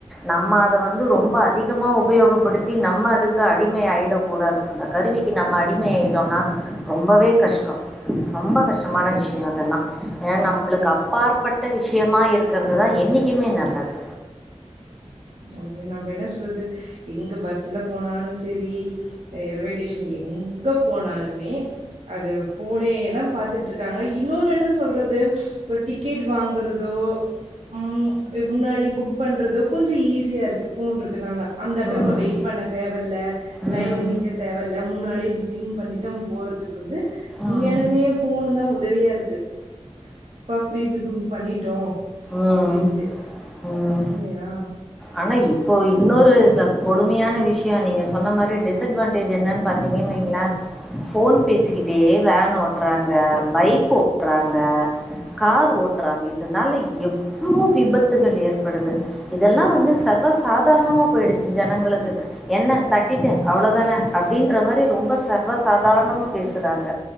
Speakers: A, in the centre; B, on the right.
A: நம்ம அதை வந்து ரொம்ப அதிகமா உபயோகப்படுத்தி நம்ம அதுக்கு அடிமை ஆகிடக் கூடாது அந்த கரு விக்கு நம்ம அடிம ஆட்டோம்னா ரொம்பவே கஷ்டோ ரொம்ப கஷ்டமான விஷயம் அதெல்லா ஏன்னா நம்மளுக்கு அப்பாற்பட்ட விஷயமா இருக்கிறதுதா என்னைக்குமே நல்லது
B: அ நம்ம என்ன சொல்லறது எங் பஸ்ல போனாலு சரி ரயில்வே ஸ்டேஷன் எங்க போனாலு மே அது போனே தா பாத்துட்டு இருக்காங்க இன்னொன்னு என்ன சொல்றது ஒரு டிக்கெட் வாங்குறதோ ம் முன்னாடியே புக் பண்றதோ கொஞ்ச ஈஸியா இருக்கு போன் இருக்குனால அந்த இடத்துல
A: ம்
B: நம்ம வெயிட் பண்ண தேவயில்லை லைன்ல
A: ம்
B: நீக்க தேவையில்ல முன்னாடியே புக்கிங் பண்ணிட்ட நம்ம போறதுக்கு வந்து உண்மையானுமே
A: ம்
B: போனு தா உதவியா இருக்கு அப்பா பிரீபூக்குங் பண்ணிட்டோ
A: ம்
B: அப்படின்ட்டு
A: ம்
B: இல்லையா
A: ஆனா இப்போ இன்னொரு இதுல கொடுமையான விஷய நீங்க சொன்ன மாரி டிஸ்அட்வான்டேஜ் என்னன்னு பாத்தீங்க வங்களா போன் பேசிக்கிட்டே வேன் ஓட்டுறாங்க பைக் ஓட்டுறாங்க கார் ஓட்டுறாங்க இதனால எவ்வளோ விபத்துகள் ஏற்படுது இதெல்லா வந்து சர்வசாத தாரணமா போயிடுச்சு ஜனங்களுக்கு என்ன தட்டிட்டு அவ்வளவுதானே அப்படின்ற மாரி ரொம்ப சர்வாச சாதாரணமா பேசுறாங்க